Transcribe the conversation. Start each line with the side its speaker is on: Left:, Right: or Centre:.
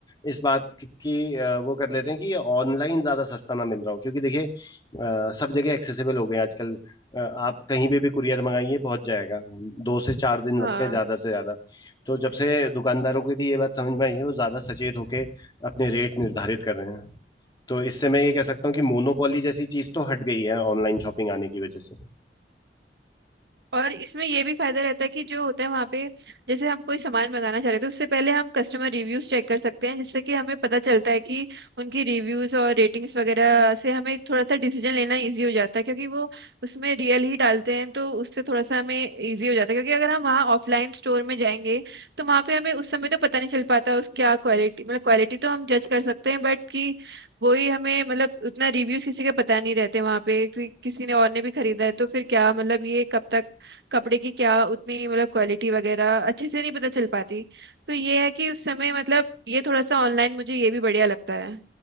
Left: इस बात की की, अ, वो कर लेते हैं कि ऑनलाइन ज्यादा सस्ता ना मिल रहा हो क्योंकि देखिए अ, सब जगह एक्सेसिबल हो गए हैं आजकल अ, आप कहीं पे भी कुरियर मंगाइए पहुंच जाएगा दो से चार दिन
Right: हाँ
Left: लगते हैं ज्यादा से ज्यादा तो जब से दुकानदारों को भी ये बात समझ में आई है वो ज्यादा सचेत होके अपने रेट निर्धारित कर रहे हैं तो इससे मैं ये कह सकता हूँ कि मोनोपोली जैसी चीज तो हट गई है ऑनलाइन शॉपिंग आने की वजह से
Right: और इसमें ये भी फायदा रहता है कि जो होता है वहाँ पे जैसे हम कोई सामान मंगाना चाह रहे थे उससे पहले हम कस्टमर रिव्यूज चेक कर सकते हैं जिससे कि हमें पता चलता है कि उनकी रिव्यूज और रेटिंग्स वगैरह से हमें थोड़ा सा डिसीजन लेना इजी हो जाता है क्योंकि वो उसमें रियल ही डालते हैं तो उससे थोड़ा सा हमें इजी हो जाता है क्योंकि अगर हम वहाँ ऑफलाइन स्टोर में जाएंगे तो वहाँ पे हमें उस समय तो पता नहीं चल पाता उस क्या क्वालिटी मतलब क्वालिटी तो हम जज कर सकते हैं बट कि वही हमें मतलब उतना रिव्यूज किसी के पता नहीं रहते वहाँ पे कि किसी ने और ने भी खरीदा है तो फिर क्या मतलब ये कब तक कपड़े की क्या उतनी मतलब क्वालिटी वगैरह अच्छे से नहीं पता चल पाती तो ये है कि उस समय मतलब ये थोड़ा सा ऑनलाइन मुझे ये भी बढ़िया लगता है